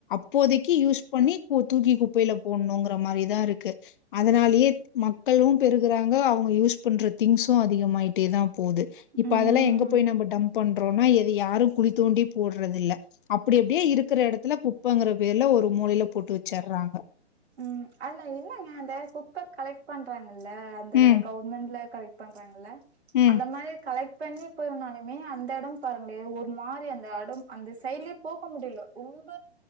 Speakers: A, on the left; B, on the right.
A: இப்போதைக்கு யூஸ் பண்ணி தூக்கி குப்பையில போடணுங்கிற மாரிதா இருக்கு அதனாலேயே மக் மக்களு பெருகுறாங்க அவங்க யூஸ் பண்ற திங்சூ அதிகமாயிட்டே தா போகுது இப்ப
B: ம்
A: அதெல்லா எங்க போய் நம்ப டம் பண்றோம்னா எது யாரு குழி தோண்டி போட்றது இல்ல அப்டி அப்டியே இருக்கிற எடத்துல குப் குப்பங்ற பேர்ல ஒரு மூளையில போட்டு வெச்சறாங்க
B: ம் இல்லங்க அந்த குப்ப கலெக்ட் பண்றாங்கல்ல அந்த
A: ம்,
B: கவுர்மெண்ட்ல கலெக்ட் பண்றாங்கல்ல
A: ம்.
B: அந்த மாரி கலெக்ட் பண்ணி போனாலுமே அந்த எடோ பாருங்கலே ஒரு மாரி அந்த எடோ அந்த சைட்லயே போக முடில ரொம்ப ரொம்ப